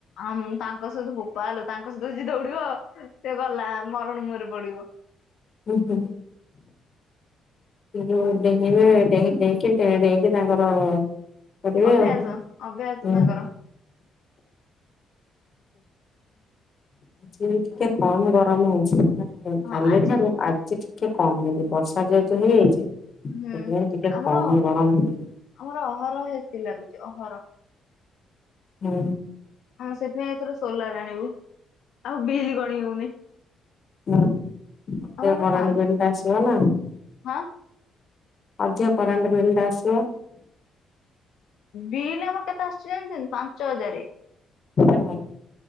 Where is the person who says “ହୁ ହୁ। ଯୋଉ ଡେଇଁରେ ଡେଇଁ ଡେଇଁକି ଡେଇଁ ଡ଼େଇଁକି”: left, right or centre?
Left